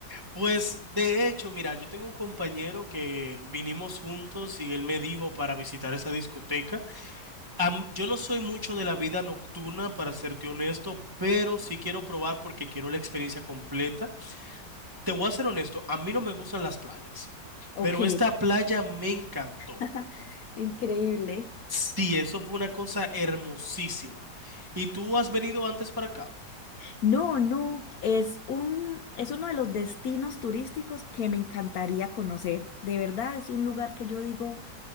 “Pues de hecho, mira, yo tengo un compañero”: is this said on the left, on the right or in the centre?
Right